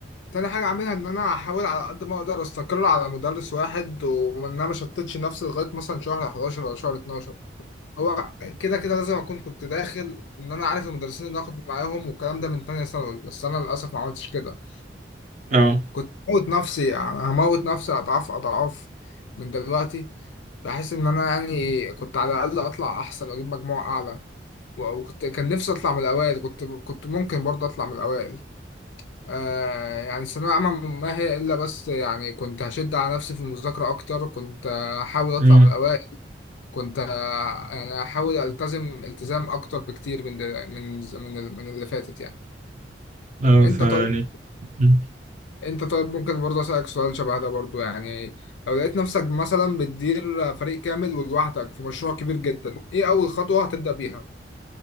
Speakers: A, on the left; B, on the right.
A: تاني حاجة أعملها إن أنا أحاول على قد ما أقدر أستقر على مدرس واحد وإن أنا مشتتش نفسي لغاية مثلا شهر 11 ولا شهر 12 هو كده كده لازم أكون كنت داخل إن أنا عارف المدرسين اللي هاخد معاهم والكلام ده من تانية ثانوي بس أنا للأسف ما عملتش كده
B: اه
A: كنت هموت نفسي يعني هموت نفسي أضعاف أضعاف من دلوقتي بحيث إن أنا يعني كنت على الأقل أطلع أحسن وأجيب مجموع أعلى وكنت كان نفسي اطلع من الاوائل كنت كنت ممكن برضه اطلع من الاوائل آه يعني الثانويه العامه ما هي الا بس يعني كنت هشد على نفسي في المذاكره اكتر كنت هحاول اطلع
B: امم
A: من الاوائل كنت ه- يعني هحاول التزم التزام اكتر بكتير من دل- من من ال- من اللي فاتت يعني
B: اه
A: انت
B: فيعني
A: طيب
B: مم.
A: انت طيب ممكن برضه اسالك سؤال شبه ده برضه يعني لو لقيت نفسك مثلا بتدير فريق كامل ولوحدك في مشروع كبير جدا ايه اول خطوه هتبدا بيها